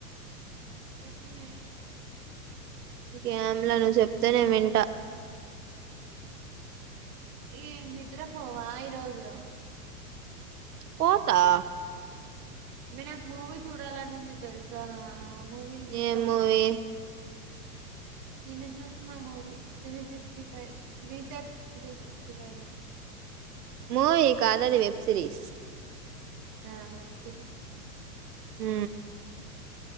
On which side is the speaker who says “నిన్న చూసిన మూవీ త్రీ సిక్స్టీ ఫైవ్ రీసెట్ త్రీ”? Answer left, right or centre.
Right